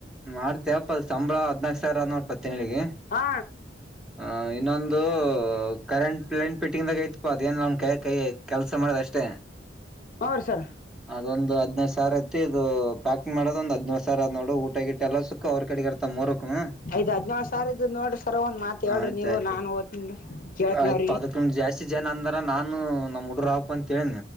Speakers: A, in the centre; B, on the left (about 50°).
A: ಮಾಡ್ತಿಯಪ್ಪ ಸಂಬಳ ಹದನಕ ಸಾವಿರ ಅದ ನೋಡು ತಿಂಗಳಿಗೆ
B: ಹಾ
A: ಆ ಇನ್ನೊಂದು ಕರೆಂಟ್ ಲೈನ್ ಪೀಟ್ಟಿದಾಗ ಐತಿ ಅ ಅದೇನ್ ನನ್ ಕೈ ಕೈ ಕೆಲ್ಸ ಮಾಡೋದ ಅಷ್ಟೇ
B: ಹ ರೀ ಸರ್
A: ಅದೊಂದು ಹದನೈದು ಸಾವಿರ ಐತಿ <unintelligible> ಮಾಡೋದ ಒಂದ ಹದ್ನೋಳ ಸಾವ್ರ ಆದ್ ನೋಡು ಊಟಗಿಟ್ಟ ಎಲ್ಲ ಸುಕ್ಕ ಅವ್ರ ಕಡಿಗ್ ಇರ್ತ ಮೂರಕನ್ನೂ
B: ಐದ್ ಹದ್ನೇಳು ಸಾವಿರ ಇದ್ದದ್ ನೋಡ್ರಿ ಸರ್ ಒಂದ್ ಮಾತ್ ಹೇಳ್ರಿ
A: ಆಯ್ತ
B: ನೀವು
A: ಆಯ್ತ.
B: ನಾನ್ ಓದ್ತನ್ರಿ ಕೇಳ್ತನಿ
A: ಆಯ್ತ್
B: ಅವ್ರಿಗೆ
A: ಪದಕ್ಕ ಜಾಸ್ತಿ ಜನ ಅಂದಾರ ನಾನು ನಮ ಹುಡ್ರಪ್ಪ ಅಂತೇಳ